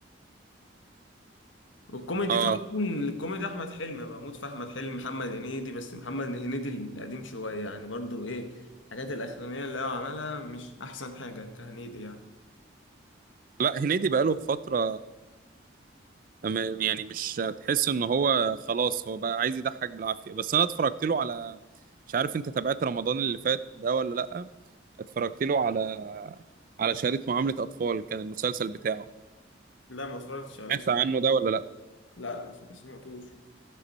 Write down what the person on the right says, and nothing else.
اه
لا هنيدي بقاله فترة أما- يعني مش هتحس ان هو خلاص هو بقى عايز يضحك بالعافيه بس انا اتفرجت له على مش عارف انت تابعت رمضان اللي فات ده ولا لا اتفرجت له على على شهاده معامله اطفال كان المسلسل بتاعه
سمعت عنه ده ولا لا